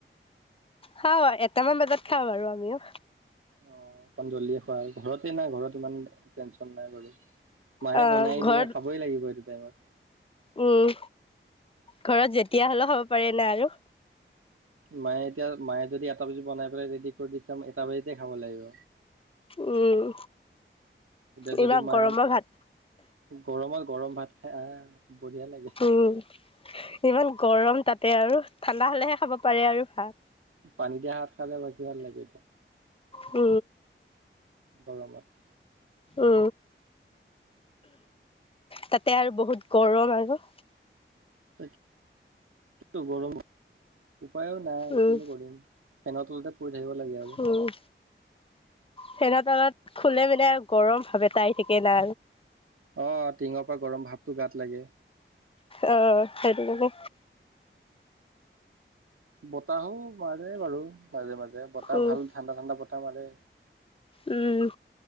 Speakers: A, on the left (about 25°); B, on the right (about 80°).
A: খাওঁ এটামান বজাত খাওঁ আৰু আমিও।
B: অ অকমান জল্দি খোৱা হয় ঘৰতে নাই ঘৰত ইমান টেনচন নাই বাৰু। মাহে
A: আহ,
B: বনাই
A: ঘৰত
B: দিয়ে খাবই লাগিব এইটো টাইমত।
A: উম, ঘৰত যেতিয়া হ'লেও খাব পাৰে না আৰু।
B: মায়ে এতিয়া মায়ে যদি এটা বাজি বনাই পেলাই ৰেডি কৰি দি চাম এটা বাজিতে খাব লাগিব।
A: উম,
B: এতিয়া যদি
A: ইমান
B: মাম
A: গৰমৰ ভাত।
B: গৰমত গৰম ভাত খাই আহ বঢ়িয়া লাগে
A: উম ইমান গৰম তাতে আৰু ঠাণ্ডা হলেহে খাব পাৰে আৰু ভাত।
B: পানী দিয়া ভাত খালে বেছি ভাল লাগে এতিয়া।
A: উ
B: গৰমত
A: উ তাতে আৰু বহুত গৰম আৰু
B: তাকে গৰমত উপায়ো নাই
A: উম,
B: কিনো কৰিম ফেনত তলতে পৰি থাকিব লাগে আৰু
A: উম ফেনৰ তলত খুলে মানে আৰু গৰম ভাৱ এ আহি থাকে না
B: অ টিঙৰ পৰা গৰম ভাৱটো গাত লাগে।
A: অহ সেইটো কিন্তু
B: বতাহো মাৰে বাৰু মাজে মাজে বতাহ
A: উম,
B: ভাল ঠাণ্ডা ঠাণ্ডা বতাহ মাৰে।
A: উম